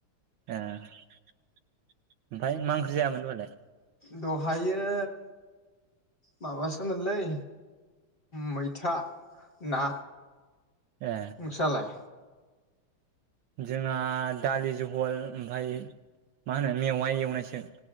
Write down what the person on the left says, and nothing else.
दहायो माबासोमोनलै मैथा ना
नोंसालाइ